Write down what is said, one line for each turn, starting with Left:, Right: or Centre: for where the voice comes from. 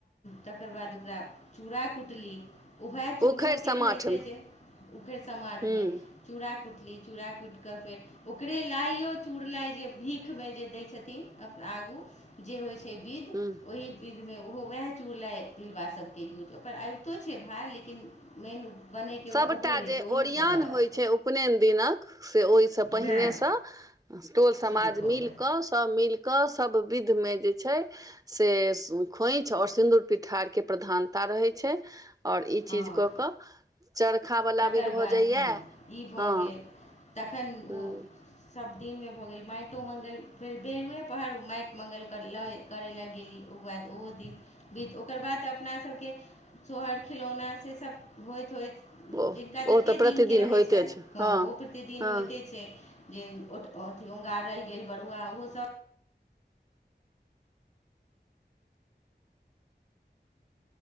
Left: तकर बाद ओकरा चूड़ा कुटली। उएह चूड़ोके
Right: उखड़ि समाठमे
Left: कहैत छै जे ओखेर समाटमे।
Right: हूँ
Left: चूड़ा कुटली चूड़ा कुटििकऽ फेर, - ओकरे लाइओ चुड़लाइ जे भीखमे जे दैत छथिन आगू। जे होइ छै विध
Right: हूँ
Left: ओही। बिध मे ओहो वएह चूड़ल तिलबा सबके यूज ओ पर आबितो छै भार लेकिन मेन बनैके
Right: सभटा
Left: वएह ओहो रहै
Right: जे
Left: छै ओहीसँ
Right: ओरिियन
Left: बनल
Right: होइ छै उपनयन दिनक। से ओहिसँ पहिनेसँ
Left: वएह
Right: टोल समाज
Left: शुरू भऽ
Right: मिल
Left: गेल
Right: कऽ सभ मिलऽ। के सब विध में जे छै से खोइछ और सिन्दूर पिठार के प्रधान- ता रहै छै आओर ई
Left: हँ
Right: चीज कऽ कऽ। चरख बला
Left: तकर
Right: विध भऽ
Left: बाद
Right: जाइया
Left: हँ ई भऽ
Right: हँ
Left: गेल तखन
Right: ह।
Left: ओ सब दिन मे भऽ गेल माटो मंगल फेर भेलेलुए- पहर माटि मङ्गल ल करै लए गेली ओकर बाद ओहो दिन। बीत ओकर बाद अपनासभके सोहर खिलौना सेसभ होइत होइत।
Right: ओ
Left: जिनका जतेक
Right: ओ तऽ
Left: दिनके
Right: प्रतिदिन
Left: रहै
Right: होइते
Left: छनि
Right: छै
Left: हँ ओ प्रतिदिन
Right: हँ
Left: होइते छै। जे ओ अथी उगारल गेल बरुआ ओहो सब।